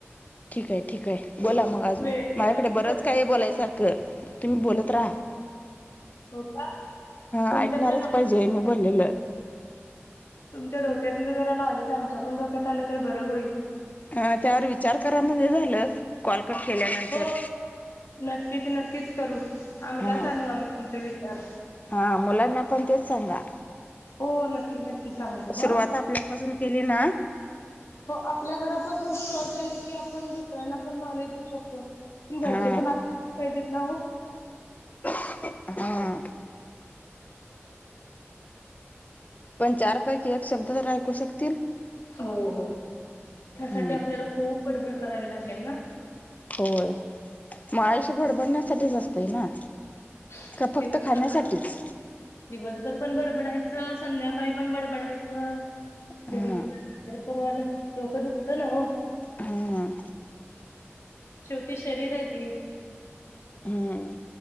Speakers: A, on the left; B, on the left.
A: ठीक आहे ठीक आहे बोला मग अजून
B: वेळेचं
A: माझ्याकडे
B: भान
A: बरंच
B: प्रत्येक
A: काय बोलायसारखं तुम्ही बोलत. त्रा
B: हो का
A: हा
B: तुमच्यातलं
A: ऐकणारच
B: नॉ
A: पाहिजे मी बोललेलं.
B: तुमच्या डोक्यातलं जरा नॉलेज आमच्या पण डोक्यात आलं तर बरं होईल.
A: ह त्यावर विचार करा म्हणजे झालं कॉलकट केल्यानंतर
B: हो नक्कीच नक्कीच करू आम्हालात
A: हा.
B: आणू आम्ही तुमचे विचार
A: हा मुलांना पण तेच सांगा.
B: हो नक्की नक्की सांगू
A: सुरुवात
B: हा.
A: आपल्यापासून केली ना.
B: हो आपल्या घरापास सुरवात झाली की आपण दुसऱ्यांना पण नॉलेज देऊ शकतो. पण
A: हा
B: घरचे पण <unintelligible> पाहिजेत ना हो.
A: हम्म. पण चारपैकी एक शब्द तर ऐकू शकतील.
B: हो हो त्यासाठी
A: हम्म
B: आपल्याला खूप बडबड करावी लागेल ना.
A: होय म
B: हो.
A: आयुष्य बडबडण्यासाठीच असतय ना.
B: <unintelligible>
A: का फक्त खाण्यासाठीच
B: दिवसभर पण बडबडायचं संध्याकाळी पण बडबडायचं.
A: हा
B: घरीपन बाहेरपन डोक दुःख त ना हो.
A: हम्म.
B: शेवटी शरीर आहे ते
A: हम्म.